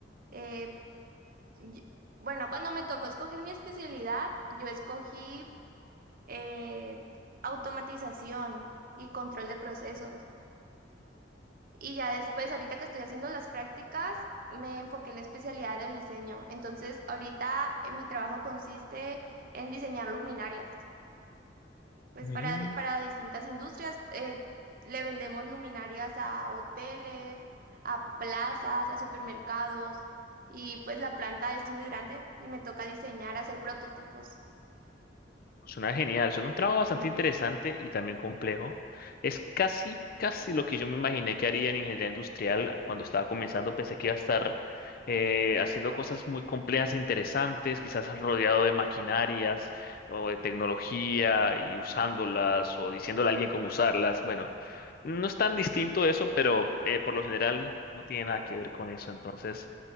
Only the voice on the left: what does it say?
Mm,
Suena genial, suena un trabajo
bastante interesante y también complejo. Es casi, casi lo que yo me imaginé que haría en ingeniería industrial cuando estaba comenzando. Pensé que iba a estar eh, haciendo cosas muy complejas e interesantes, quizás rodeado de maquinarias o de tecnología y usándolas o diciéndole a alguien cómo usarlas. Bueno, no es tan distinto eso, pero eh, por lo general no tiene nada que ver con eso. Entonces...